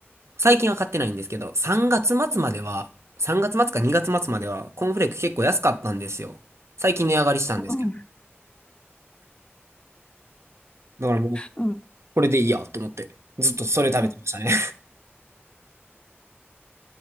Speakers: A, on the right; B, on the left.
A: 最近は買ってないんですけど、3月末までは、
B: うん。
A: 3月末か2月末までは、
B: うん
A: コーンフレーク結構安かったんですよ。最近値上がりしたんですけど。
B: うん、
A: だからもう、
B: うん、
A: これでいいやと思って、ずっとそれ食べてましたね。
B: うん。